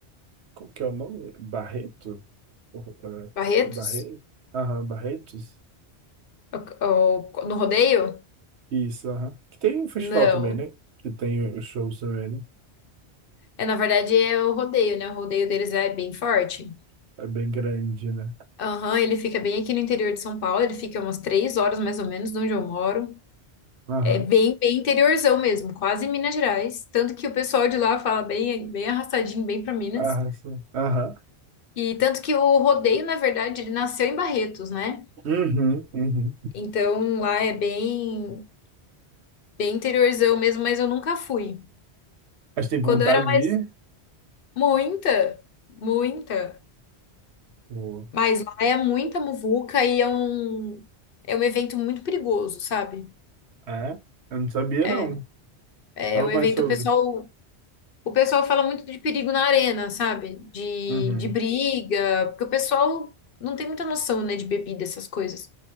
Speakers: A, on the right; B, on the left.
A: Qual que é o nome? Barreto? Oh, é,
B: Barretos?
A: acho que é Barreto. Aham, Barretos?
B: É O- é o- No rodeio?
A: Isso, aham. Que tem um festival
B: Não.
A: também, né? Que tem os shows também, né?
B: É, na verdade, é o rodeio, né? O rodeio deles é bem forte.
A: É bem grande, né?
B: Aham, ele fica bem aqui no interior de São Paulo, ele fica umas três horas mais ou menos de onde eu moro.
A: Aham.
B: É bem, bem interiorzão mesmo, quase Minas Gerais. Tanto que o pessoal de lá fala bem, bem arrastadinho, bem para Minas.
A: Aham. sim. Aham.
B: E tanto que o rodeio, na verdade, ele nasceu em Barretos, né?
A: Uhum, uhum.
B: Então lá é bem, bem interiorzão mesmo, mas eu nunca fui.
A: Mas tem
B: Quando
A: vontade
B: eu era mais,
A: de ir?
B: muita, muita.
A: Pô,
B: Mas lá é muita muvuca e é um, é um evento muito perigoso, sabe?
A: É? Eu não sabia,
B: É,
A: não.
B: é
A: Fala
B: um
A: mais
B: evento,
A: sobre.
B: o pessoal O pessoal fala muito de perigo na arena, sabe? De,
A: Uhum.
B: de briga, porque o pessoal não tem muita noção, né, de bebida, essas coisas.